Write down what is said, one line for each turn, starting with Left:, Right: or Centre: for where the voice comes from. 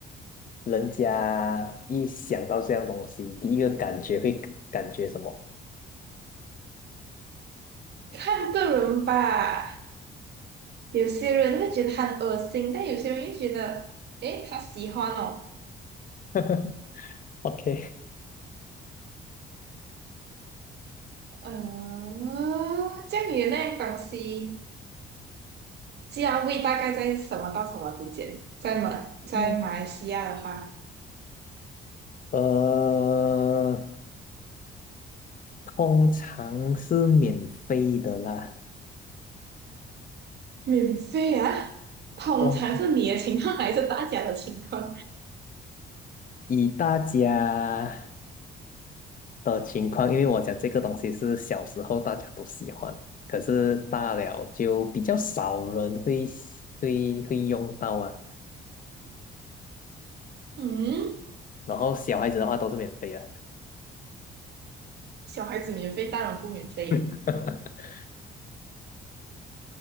Left: 人家一想到这样东西，第一个感觉会感觉什么
Right: 看个人吧。有些人会觉得很恶心，但有些人又觉得，诶，他喜欢哦。
Left: <laughs>？OK，
Right: 嗯，这样你的那样东西，价位大概在什么到什么之间？在马在马来西亚的话，
Left: 嗯呃，通常是免费的啦。
Right: 免费啊，通常是你的情况还是大家的情况？
Left: 通以大家的情况，因为我讲这个东西是小时候大家都喜欢，可是大了就比较少人会会会用到啊。
Right: 嗯，
Left: 然后小孩子的话都是免费的。
Right: 小孩子免费，大人不免费。
Left: <laughs>